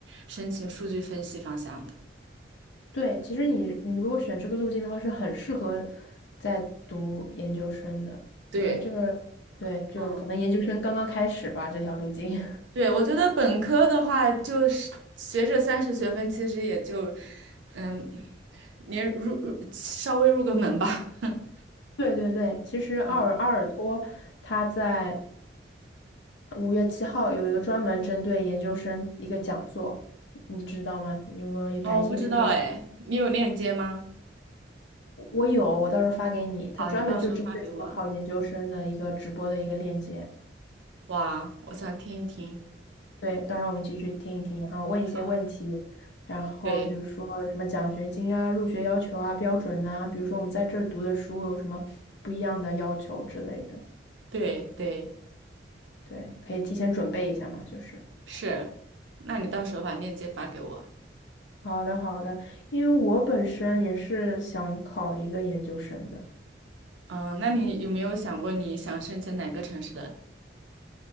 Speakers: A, on the right; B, on the left.
A: 申请数据分析方向的。
B: 对，其实你你如果选这个路径的话，是很适合在读研究生的，
A: 对，
B: 因为这个对，就可能研究生刚刚开始吧，
A: 嗯，
B: 这条路径。
A: 对，我觉得本科的话，就是学这三十学分，其实也就嗯，你入入稍微入个门吧。<laughs>
B: <laughs> 对对对，其实奥尔阿尔托他在
A: 嗯
B: 五月七号有一个专门针对研究生一个讲座，你知道吗？你如果有感兴趣，
A: 哦，我不知道哎，
B: 可以
A: 你有链接吗？
B: 我有，我到时候发给你。他专门就针对考考研究生的一个直播的一个链接。
A: 好，你到时候发给我。哇，我想听一听。
B: 对，到时候我们一起去听一听，然后问一些问题，
A: 啊，
B: 然后比如说有什么奖学金啊、
A: 对
B: 入学要求啊、标准呐、比如说我们在这儿读的书有什么不一样的要求之类的，
A: 对对。
B: 对，可以提前准备一下嘛，就是。
A: 是，那你到时候把链接发给我。
B: 好的，好的，因为我本身也是想考一个研究生的，
A: 嗯，那你有没有想过你想申请哪个城市的？